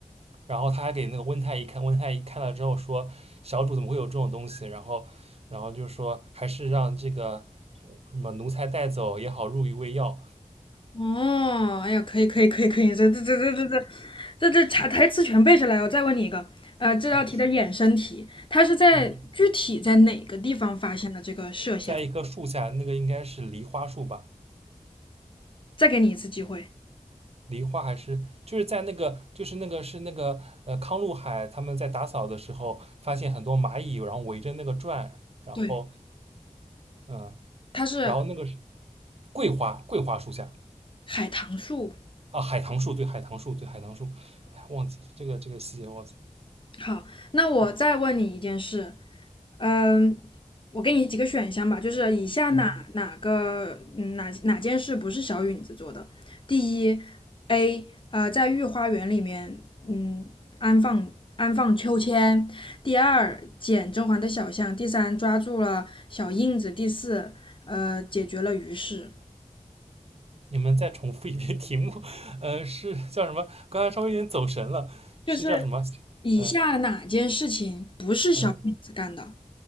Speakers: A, on the right (about 50°); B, on the left (about 40°).
A: 然后他还给那个温太医看，温太医看了之后说，小主怎么会有这种东西？然后，然后就说还是让这个什么奴才带走也好，入一喂药。
B: 哦，哎呀，可以可以可以可以，这这这这这这这这查台词全背下来。我再问你一个，呃，这道题的衍生题，
A: 嗯
B: 它是在具体在哪个地方发现的这个麝香？
A: 嗯，在一棵树下，那个应该是梨花树吧？
B: 再给你一次机会。
A: 梨花还是就是在那个就是那个是那个呃康禄海他们在打扫的时候发现很多蚂蚁，然后围着那个转，然后
B: 对，
A: 嗯，
B: 它是
A: 然后那个是桂花桂花树下。
B: 海棠树。
A: 啊，海棠树，对，海棠树，对，海棠树。哎呀，忘记了这个这个细节忘记了。
B: 好，那我再问你一件事，嗯，我给你几个选项吧，就是以下哪哪个嗯哪哪件事不是小允子做的？
A: 嗯，
B: 第一，A 呃，在御花园里面嗯安放安放秋千；第二，捡甄嬛的小象；第三，抓住了小印子；第四，呃，解决了于氏。
A: 你们再重复一遍题目，呃，是叫什么？刚才稍微有点走神了，是叫什么？
B: 就是以下哪件事情不是小允子干的？
A: 嗯嗯，